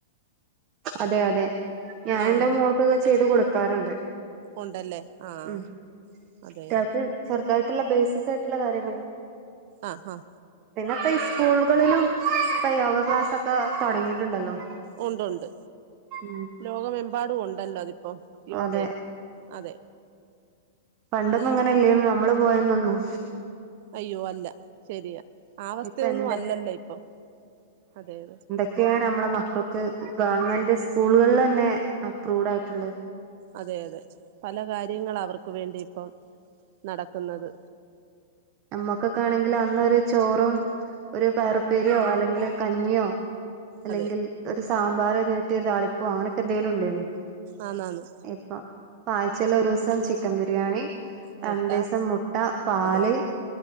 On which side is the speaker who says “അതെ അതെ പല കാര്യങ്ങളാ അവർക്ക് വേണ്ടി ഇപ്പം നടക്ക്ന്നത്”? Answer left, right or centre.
Right